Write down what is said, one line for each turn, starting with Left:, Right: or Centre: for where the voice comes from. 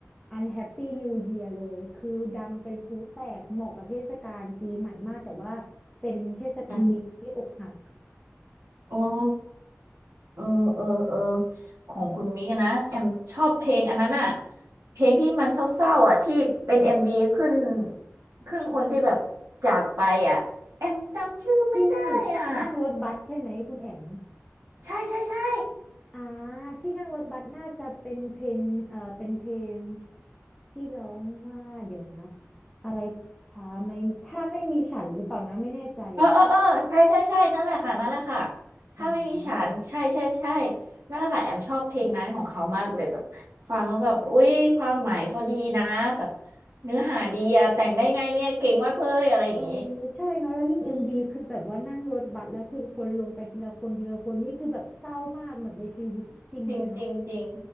Centre: Unhappy New Year เลย คือดังเป็นพลุแตกเหมาะกับเทศกาลปีใหม่มาก แต่ว่าเป็นเทศกาลปีใหม่ที่อกหัก
Right: อืมโอ้ เออเออเออของคุณมิกอะนะแอมชอบเพลงอันนั้นอะเพลงที่มันเศร้าๆอะที่เป็นเอ็มวีขึ้นขึ้นคนที่แบบจากไปอะแอมจำชื่อไม่ได้อ่ะ
Centre: ที่นั่งรถบัสใช่ไหมคุณแอม
Right: ใช่ใช่ใช่
Centre: อ่าที่นั่งรถบัสน่าจะเป็นเพลงเอ่อเป็นเพลงที่ร้องว่า เดี๋ยวนะ อะไรถ้าไม่ถ้าไม่มีฉันหรือเปล่านะไม่แน่ใจ
Right: เออเออเออใช่ใช่ใช่นั่นแหละค่ะนั่นแหละค่ะถ้าไม่มีฉันใช่ใช่ใช่
Centre: อ่า
Right: นั่นแหละค่ะแอมชอบเพลงนั้นของเขามากเลยแบบฟังแล้วแบบอุ้ยความหมายเขาดีนะแบบเนื้อหาดีอะแต่งได้ไงเนี่ยเก่งมากเลยอะไรอย่างนี้
Centre: เออใช่เนาะแล้วยิ่งเอ็มวีคือแบบว่านั่งรถบัสแล้วคือคนลงไปทีละคนทีละคนนี่คือแบบเศร้ามากเหมือนในชีวิตจริงเลยเนาะ
Right: อืม จริงจริงจริง